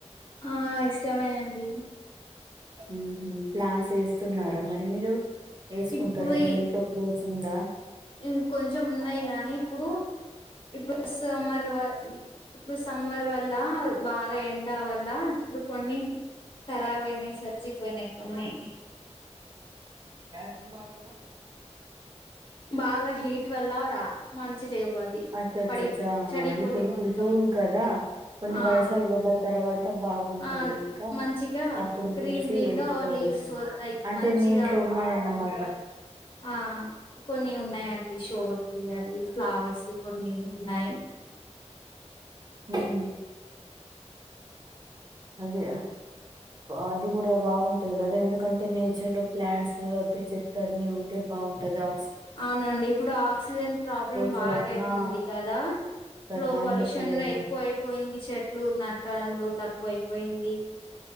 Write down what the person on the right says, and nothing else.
ఉహ్మ్ ప్లాన్స్ వేస్తున్నార మరి మీరు ఏసుకుంటారా
మీ ఇంట్లో ప్లేస్ ఉందా
రూమ్ మాదనా
అచ్చచ్చచ్చా
ఇప్పుడు ఇప్పుడు
జూన్ కదా కొన్ని
వర్షాలు పడ్డ తర్వాత అంత బాగుంటది
ఇంకా
అప్పుడు
తెచ్చి
వేసుకోవచ్చు
అంటే
మీంట్లో
ఉన్నాయనమాట
హ్మ్ అది అది కూడా బాగుంటది కదా ఎందుకంటే నేచర్లో ప్లాంట్స్ చెట్ల అన్ని ఉంటే బొంటది ఆ
చ
హా
కదా
అందుకనేసి